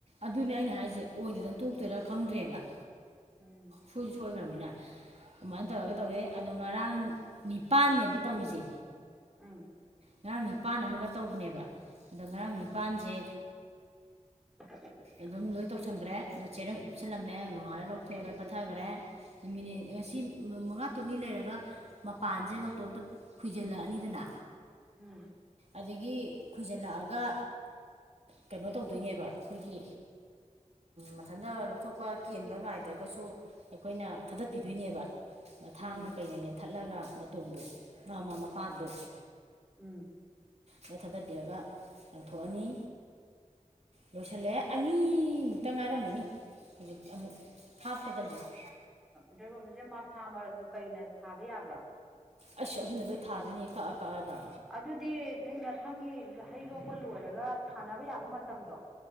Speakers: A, on the right (about 55°); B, in the centre.
A: ꯑꯗꯨꯅꯦ ꯑꯩꯅ ꯍꯥꯏꯁꯦ ꯑꯣꯏꯗꯣꯏꯗꯅ ꯇꯣꯛꯇꯣꯏꯔꯥ ꯈꯪꯗ꯭ꯔꯦꯕ
B: ꯎꯝ
A: ꯁꯣꯏꯁꯨ ꯁꯣꯏꯈ꯭ꯔꯕꯅꯤꯅ ꯑꯗꯨꯃꯥꯏꯅ
B: ꯎꯝ
A: ꯇꯧꯔꯒ ꯇꯧꯋꯦ ꯑꯗꯣ ꯉꯔꯥꯡ ꯅꯤꯄꯥꯟꯅꯦꯕ ꯇꯧꯔꯤꯁꯦ
B: ꯎꯝ
A: ꯉꯔꯥꯡ ꯅꯤꯄꯥꯟ ꯑꯃꯒ ꯇꯧꯕꯅꯦꯕ ꯑꯗꯣ ꯉꯔꯥꯡ
B: ꯎꯝ
A: ꯅꯤꯄꯜꯁꯦ
B: <inaudible>
A: ꯑꯗꯨꯝ ꯂꯣꯏ ꯇꯧꯁꯟꯈ꯭ꯔꯦ ꯑꯗꯨ ꯆꯦꯔꯪ ꯎꯞꯁꯜꯂꯝꯃꯦ ꯅꯣꯡꯉꯥꯂ ꯂꯧꯊꯣꯛꯑ ꯂꯣꯏ ꯄꯠꯊꯈ꯭ꯔꯦ ꯆꯃꯤꯅꯦ
B: ꯎꯝ
A: ꯑꯁꯤ ꯑꯁꯤ ꯃꯉꯥ ꯇꯔꯨꯛꯅꯤ ꯂꯩꯔꯒ ꯃꯄꯥꯟꯁꯦ ꯃꯇꯣꯝꯇ ꯈꯨꯏꯖꯜꯂꯛꯑꯅꯤꯗꯅ
B: ꯎꯝ
A: ꯑꯗꯒꯤ ꯈꯣꯏꯖꯤꯜꯂꯛꯑꯒ ꯀꯩꯅꯣ ꯇꯧꯗꯣꯏꯅꯦꯕ ꯑꯩꯈꯣꯏꯒꯤ ꯃꯊꯟꯇ ꯂꯧꯊꯣꯛꯄ ꯀꯦꯟꯕ ꯉꯥꯏꯗ꯭ꯔꯒꯁꯨ ꯑꯩꯈꯣꯏꯅ ꯊꯥꯗꯠꯄꯤꯗꯣꯏꯅꯦꯕ ꯃꯊꯥꯡꯅ
B: ꯎꯝ
A: ꯀꯩꯅ ꯂꯦꯟ ꯊꯠꯂꯒ ꯃꯇꯣꯟꯗꯣ ꯃꯥꯃ ꯃꯄꯥꯟꯗꯣ
B: ꯎꯝ
A: ꯂꯣꯏ ꯊꯥꯗꯠꯄꯤꯔꯒ ꯂꯪꯊꯣꯛꯑꯅꯤ ꯂꯣꯏꯁꯤꯜꯂꯛꯑꯦ ꯑꯅꯤꯃꯨꯛꯇ ꯉꯥꯏꯔꯃꯅꯤ ꯍꯧꯖꯤꯛ ꯑꯃꯨꯛ ꯍꯥꯞꯀꯗꯕꯁꯦ
B: ꯗ꯭ꯔꯒꯕꯤꯁꯦ ꯃꯁꯥ ꯀꯩꯅ ꯊꯥꯕ ꯌꯥꯕ꯭ꯔꯥ
A: ꯑꯩꯁ ꯑꯗꯨꯅ ꯂꯣꯏ ꯊꯥꯗꯣꯏꯅꯦ ꯀꯛꯑ ꯀꯛꯑꯒ
B: ꯑꯗꯨꯗꯤ ꯅꯣꯏ ꯃꯊꯪꯒꯤ ꯍꯩ ꯂꯣꯛꯄ ꯂꯣꯏꯔꯒ ꯁꯥꯟꯅꯕ ꯌꯥꯕ ꯃꯇꯝꯗꯣ